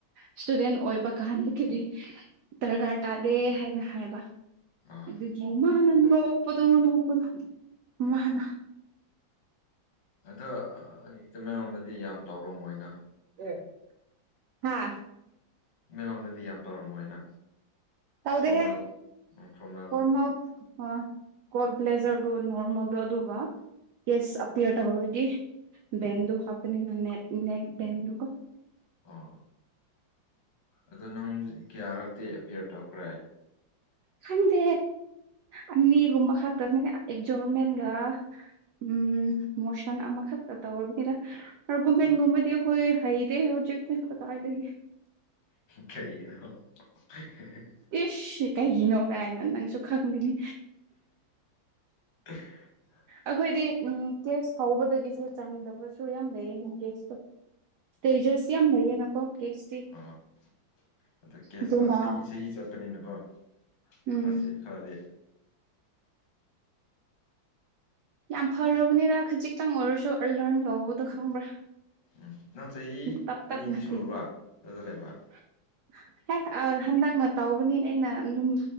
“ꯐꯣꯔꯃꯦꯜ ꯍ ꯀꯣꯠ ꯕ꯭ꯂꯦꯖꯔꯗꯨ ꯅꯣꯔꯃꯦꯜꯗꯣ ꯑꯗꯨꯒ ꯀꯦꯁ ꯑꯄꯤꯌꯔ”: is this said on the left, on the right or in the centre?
Right